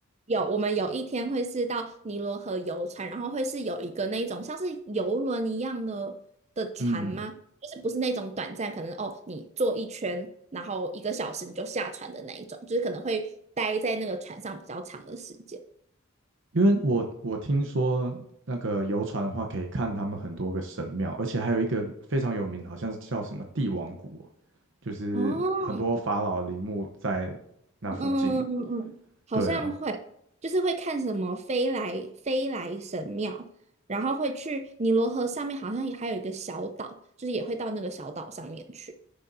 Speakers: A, on the right; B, on the right.
A: 有，我们有一天会是到尼罗河游船，然后会是有一个那一种像是游轮一样的的船吗？
B: 嗯
A: 就是不是那种短暂，可能哦，你坐一圈，然后一个小时你就下船的那一种，就是可能会待在那个船上比较长的时间。
B: 因为我我听说那个游船的话，可以看他们很多个神庙，而且还有一个非常有名，好像是叫什么帝王谷哦，就是很多法老陵墓在那附近。
A: 哦，嗯嗯嗯，好像会，
B: 对啊，
A: 就是会看什么飞来飞来神庙，然后会去尼罗河上面，好像也还有一个小岛，就是也会到那个小岛上面去，